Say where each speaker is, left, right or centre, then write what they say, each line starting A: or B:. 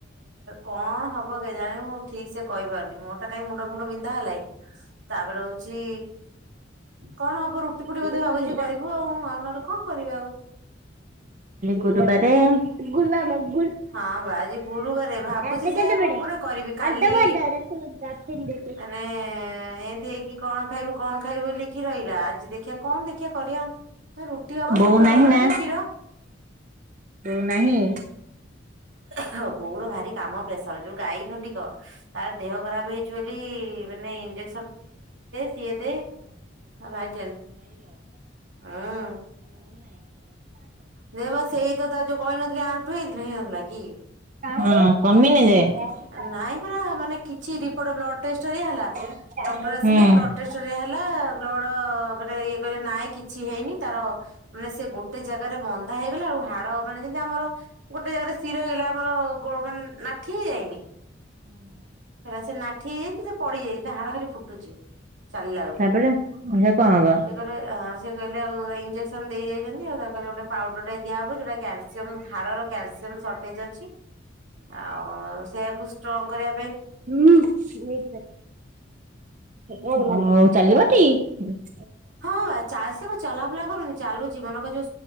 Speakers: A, on the right; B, on the right.
A: କଣ ହବ କେଜାଣି, ମୁଁ ଠିକ ସେ କହିପାରୁନି -ମୋର ଟା କାଇହିଁ ମୁଣ୍ଡ ଫୁଣ୍ଡ ବିନ୍ଧା ହେଲାଇ, ତାପରେ ହଉଛି କଣ ହବ ରୁଟି ଫୁଟି
B: ଦେଖି
A: ବୋଧେ ଭାବୁଛି କରିବୁ ଆଉ, ଆ ଉ ନହେଲେ କଣ କରିବ ଆଉ
B: ଗୁରୁ ବା ଗୁଲା <unintelligible>
A: ହଁ ବା ଆଜି ଗୁରୁବାର, ଭାବୁଛି
B: ଦାନ୍ତ
A: ସେ
B: କେତେବଡେ
A: କଣ ଗୋଟେ କରିବି କାଲି
B: ଅଧ ବଡ ରଖ ଦକ୍ଷିଣ ଦେଖେ
A: ମାନେ, ଏମତି ହେଇକି କଣ? କଣ ଖାଇବୁ, କଣ ଖାଇବୁ, ବୋଲି କିି ରହିଲା ଆଜି ଦେଖଆ କଣ ଦେଖିଆ କରିବା ହବ
B: ବୋଉ
A: ସନ୍ତୁଳା
B: ନାହିଁ
A: ଫନ୍ତୁଳା
B: ନା,
A: କି କ୍ଷୀର
B: ବୋଉ ନାହିଁ
A: ହଁ ବୋଉର ଭାରି କାମ ପ୍ରେସର, ଯୋଉ ଗାଈ ଖଣ୍ଡିକ, ତାର ଦେହ ଖରାପ ହେଇଛି ବୋଲି ମାନେ ଇ ଇ ସିଏ ଭାର <unintelligible> ହଁ ନ ବା ସେଇ ତ ତା ଯୋଉ କହିନଥିଲି ଆଣ୍ଠୁ ହେଇ <unintelligible> କି
B: ବଡ
A: ନାଇଁ ପରା ମାନେ କିଛି ରିପଟ <unintelligible> ଲା
B: ହୁଁ ହୁଁ
A: ଡକ୍ଟର ଆସିଲେ, ବ୍ଲଡ ଟେଷ୍ଟ ହେଲା, ବ୍ଲଡ ମାନେ ଇଏ କି କିଛି ହେଇନି, ତାର ମାନେ ସେ ଗୋଟେ ଜାଗାରେ ମନ୍ଦା ହେଇଗଲା, ଆଉ ହାଡ ମାନେ ଯେମିତି ଆମର ଗୋଟେ ଜାଗାରେ ଶିର ହେଇଗଲା ଆମର ମାନେ ନାଠ ହେଇ ଯାଇନି। ସେଇଟା ସେ ନାଠି ହେଇଯାଇଛି ସେ ପଡିଯାଇଛି ସେ ହାଡ ଖାଲି ଫୁଟୁଛି। ଚାଲିଲା ବେଳକୁ,
B: ତାପରେ ଏଇଟା କଣ ହବ?
A: ସେଏ କହିଲେ, ସେ କହିଲେ ଆଉ ଇଂଜେକ୍ସନ ଦେଇ ଯାଇଛନ୍ତି ତାରେ ଗୋଟେ ପାଉଡର ଟା ଦିଆ ହବ ଯଉଟା କଲ୍ସିୟମ ଘାଡ଼ର ଆ
B: ହୁଁଉ ହଉ ଚାଲିବ ଟି <unintelligible>
A: ହଁ ବା ଚାଷୀ କ ଚଲା ଫୁଲା କରୁନି ଚାଲୁଛି, ଜୀବକୁଯୋଉ